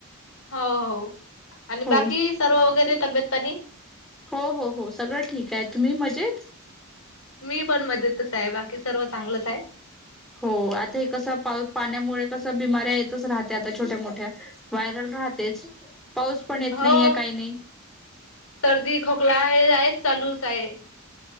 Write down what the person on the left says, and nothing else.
हो हो आणि
बाकी सर्व वगैरे तब्येत पाणी
मी पण मजेतच आहे बाकी सर्व चांगलंच आहे
हो
सर्दी खोकला हे आहेच चालूच आहे